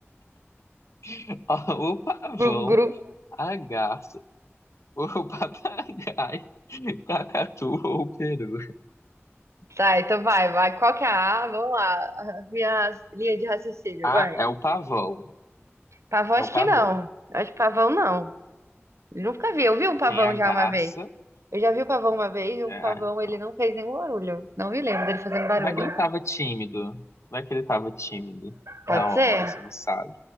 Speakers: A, on the left; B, on the right.
A: <laughs> O pavão,
B: Gru, gru.
A: a garça, o papagaio, <laughs> cacatu ou o peru.
B: Tá, então vai, vai. Qual que é a A? Vamos lá. Minha linha de raciocínio,
A: Ah,
B: vai.
A: é o pavão.
B: Pavão, acho
A: É o pavão.
B: que não. Acho que pavão não. Nunca vi. Eu vi um pavão
A: Tem a garça.
B: já uma vez. Eu já vi o pavão uma vez e um
A: É,
B: pavão
A: ah, então.
B: ele não fez nenhum barulho. Não me lembro dele fazendo barulho.
A: Vai que ele tava tímido. Vai que ele tava tímido.
B: Pode
A: Na hora,
B: ser?
A: você não sabe.